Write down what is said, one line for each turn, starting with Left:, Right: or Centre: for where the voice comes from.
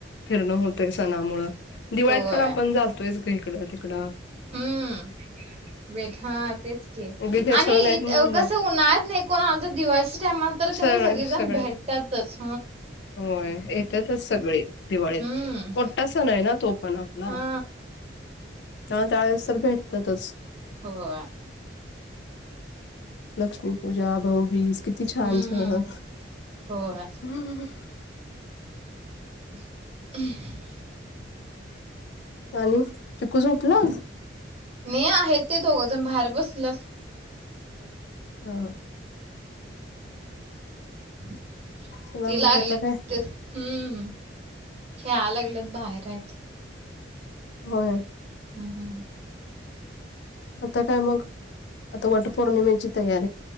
Left: फिरणं होतय सणामुळं, दिवाळीत
Right: होय
Left: पण आपण जातोयच की कडं तिकड
Right: हम्म भेटी गाठी, भेट हा तेच की
Left: उगीच हे
Right: आणि
Left: सण आहेत
Right: इत
Left: म्हणून बर
Right: कस उन्हाळ्यात नाही कोण आल तर दिवाळीच्या टायमाला तर कणी
Left: सगळ
Right: सगळीजण
Left: सगळे
Right: भेटत्यातच.
Left: होय येत्यातच सगळी दिवाळीत,
Right: हम्म
Left: मोट्टा सण आहे ना तो पण आपला
Right: हा
Left: तन त्या येळेस तर भेटत्यातच.
Right: होय
Left: लक्ष्मी पूजा, भाऊबीज किती छान
Right: हम्म
Left: सव
Right: होय
Left: <unintelligible>
Right: उह
Left: आणि चिकू झोपला.
Right: नई आहेत ते दोघं जण बाहेर बस ल्यात
Left: ह ह
Right: <inaudible>
Left: चला
Right: ते
Left: मग
Right: लागलेत
Left: आता काय
Right: हम्म खेळा लागलेत बाहेर आहेत.
Left: मग
Right: हम्म हम्
Left: आता काय मग, आता वटपौर्णिमेची तया